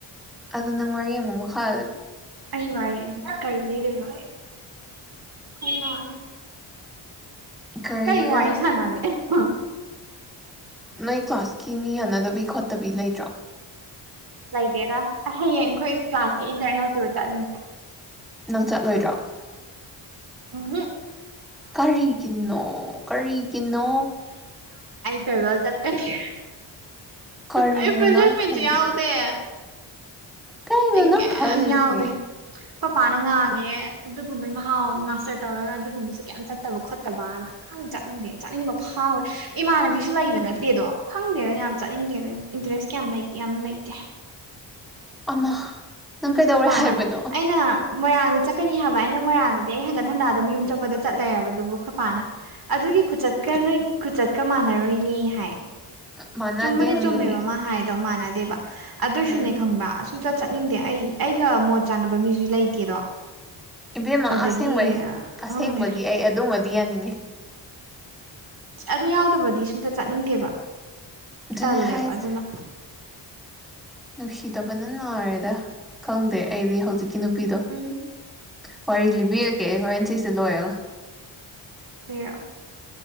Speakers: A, in the centre; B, on the right (about 50°).
A: ꯑꯗꯨ ꯅꯪ ꯋꯥꯔꯤ ꯑꯃꯨꯛ ꯃꯈꯥ <unintelligible>
B: ꯑꯩ ꯋꯥꯔꯤ ꯑꯗꯨ ꯀꯔꯤ ꯂꯤꯗꯣꯏꯅꯣ <unintelligible>
A: ꯀꯔꯤꯔꯥ
B: ꯀꯩ ꯋꯥꯔꯤ ꯁꯅꯥꯅꯤ꯫ <unintelligible>
A: ꯅꯣꯏ ꯀ꯭ꯂꯥꯁꯀꯤ ꯃꯤ ꯌꯥꯅꯗꯕꯤ ꯈꯣꯠꯇꯕꯤ ꯂꯩꯇ꯭ꯔꯣ꯫
B: ꯂꯩꯇꯦꯗ ꯑꯥꯢ ꯍꯌꯦꯡ ꯑꯩꯈꯣꯏ ꯀ꯭ꯂꯥꯁꯀꯤ ꯏꯟꯇꯔꯅꯦꯜ ꯇꯨꯔ ꯆꯠꯅꯤ꯫
A: ꯅꯪ ꯆꯠꯂꯣꯏꯗ꯭ꯔꯣ꯫
B: ꯎꯝ ꯍꯨꯝ꯫
A: ꯀꯔꯤꯒꯤꯅꯣ ꯀꯔꯤꯒꯤꯅꯣ꯫
B: ꯐꯦꯂꯔ ꯆꯠꯀꯅꯤ
A: ꯀꯔꯤꯅꯣ
B: ꯑꯩ ꯐ꯭ꯔꯦꯁꯔꯃꯤꯠꯁꯨ
A: ꯅꯪ ꯈꯜꯂꯤꯁꯦ
B: ꯌꯥꯎꯗꯦ꯫
A: ꯀꯔꯤꯅꯣ
B: ꯑꯩ
A: ꯅꯪ
B: ꯀꯌꯤꯝ
A: ꯈꯜꯂꯤꯁꯦ
B: ꯌꯥꯎꯗꯦ꯫ ꯍꯣꯏꯄꯥꯅ ꯉꯥꯡꯉꯦ ꯑꯗꯨꯒꯨꯝꯕꯩ ꯃꯍꯥꯎ ꯃꯥꯁꯇꯔ ꯇꯧꯔꯒ ꯑꯗꯨꯒꯨꯝꯕꯁꯨ ꯀꯌꯥꯝ ꯆꯠꯇꯕ ꯈꯣꯠꯇꯕꯅ ꯈꯪ ꯆꯥꯅꯤꯡꯗꯦ ꯆꯠꯅꯤꯡꯕ ꯐꯥꯎꯋꯦ ꯏꯃꯥꯟꯅꯕꯤꯁꯨ ꯂꯩꯕ ꯅꯠꯇꯦꯗꯣ ꯈꯪꯗꯦꯗ ꯌꯥꯝ ꯆꯠꯅꯤꯡꯗꯦ ꯏꯟꯇꯔꯦꯁ ꯀꯌꯥꯝ ꯂꯩꯇꯦ ꯌꯥꯝ ꯂꯩꯇꯦ꯫
A: ꯑꯃ ꯅꯪ ꯀꯩꯗꯧꯔꯦ
B: ꯈꯣꯏ ꯄꯥ
A: ꯍꯥꯏꯕꯅꯣ
B: ꯅ ꯑꯩꯅ ꯃꯣꯏꯔꯥꯡꯗ ꯆꯠꯀꯅꯤ ꯍꯥꯏꯕ ꯑꯩꯅ ꯃꯣꯏꯔꯥꯡꯗꯗꯤ ꯑꯩ ꯍꯟꯒꯠ ꯍꯟꯗ ꯑꯗꯨꯝ ꯌꯨꯝ ꯆꯠꯄꯗ ꯆꯠ ꯂꯩꯔꯕ ꯑꯗꯨꯕꯨ ꯈꯨꯣꯏꯄꯥꯅ ꯑꯗꯨꯒꯤ ꯈꯨꯆꯠꯀ ꯅꯣꯏ ꯈꯨꯆꯠꯀ ꯃꯥꯟꯅꯔꯣꯏꯅꯦ ꯍꯥꯏ꯫
A: ꯃꯥꯟꯅꯗꯦꯃꯤ
B: ꯆꯨꯝꯕꯗꯤ ꯆꯨꯝꯃꯦꯕ ꯃꯥ ꯍꯥꯏꯗꯣ ꯃꯥꯅ ꯗꯦꯕꯥ ꯑꯗꯨꯏꯁꯨꯅꯦ
A: ꯎꯝ
B: ꯈꯪꯕ ꯑꯥ <unintelligible> ꯆꯠꯅꯤꯡꯗꯦ ꯑꯩ ꯑꯩꯒ ꯃꯣꯠ ꯆꯥꯟꯅꯕ ꯃꯤꯁꯨ ꯂꯩꯇꯦꯗꯣ꯫
A: ꯏꯕꯦꯝꯃ
B: ꯑꯗꯒꯤ
A: ꯑꯁꯦꯡꯕꯩ ꯑꯁꯦꯡꯕꯒꯤ
B: ꯈꯪꯗꯦ
A: ꯑꯩ ꯑꯗꯨꯝꯕ ꯗꯤ ꯌꯥꯅꯤꯌꯦ꯫
B: ꯑꯗꯨ ꯌꯥꯎꯗꯕꯗꯤ ꯁꯨꯡ ꯆꯠꯅꯤꯡꯗꯦꯕ꯫
A: ꯑꯗꯨꯅꯦ
B: ꯇꯜꯂꯦꯕ
A: ꯍꯥꯏꯁꯦ
B: ꯑꯗꯨꯅ꯫
A: ꯅꯨꯡꯁꯤꯗꯕꯅ ꯅꯥꯔꯦꯗ ꯈꯪꯗꯦ ꯑꯩꯗꯤ ꯍꯧꯖꯤꯛ ꯀꯤ ꯅꯨꯄꯤꯗꯣ
B: ꯎꯝ
A: ꯫ ꯋꯥꯔꯤ ꯂꯤꯕꯤꯔꯒꯦ ꯑꯩ ꯍꯣꯔꯦꯟ ꯁꯤꯁꯦ ꯂꯣꯏꯔꯒ꯫
B: ꯂꯤꯔꯛ ꯑꯣ꯫